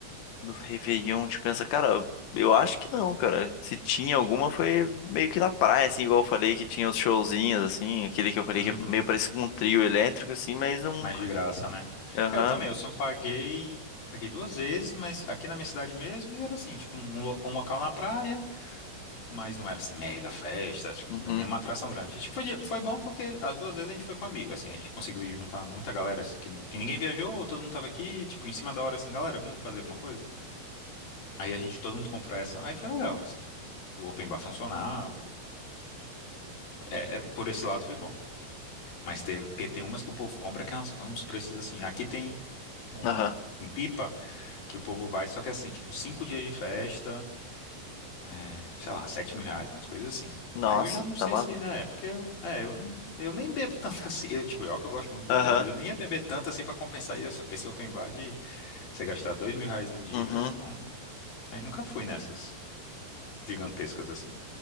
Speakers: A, on the left; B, on the left.
A: no Réveillon, te pensa, cara, eu acho que não, cara. Se tinha alguma, foi meio que na praia, assim, igual eu falei, que tinha os showzinhos, assim, aquele que eu falei
B: Uhum.
A: que é meio parecido com um trio elétrico, assim, mas um.
B: Mais de graça, né?
A: Aham.
B: É, Eu também, eu só paguei... Eu paguei duas vezes, mas aqui na minha cidade mesmo, e era assim, tipo, um, um lo- um local na praia, Mas não era assim mega festa, assim, n-
A: Uhum.
B: nenhuma atração grande. Tipo, foi, de- foi bom porque as duas vezes a gente foi com amigo, assim, a gente conseguiu ir juntar muita galera assim, que, não- que ninguém viajou, todo mundo tava aqui, tipo, em cima da hora assim, galera, vamos fazer alguma coisa? Aí a gente, todo mundo comprou essa, aí foi legal, assim. O open bar funcionava, é, é- por esse lado foi bom. Mas tem, porque tem umas que o povo compra que é uns, uns preços assim, aqui tem uma
A: Aham.
B: em Pipa que o povo vai, só que é assim, tipo, cinco dias de festa. é, sei lá, sete mil reais, umas coisas assim.
A: Nossa,
B: Aí eu já não sei
A: tá maluco.
B: se. É, porque eu, é, eu não. Eu nem bebo tanto <laughs> assim. Eu, tipo, eu que eu gosto muito de
A: Aham.
B: beber, mas eu nem ia beber tanto assim pra compensar esse, esse open bar de você gastar dois mil reais num dia,
A: Uhum.
B: eu fico. um- Aí nunca fui nessas gigantescas assim.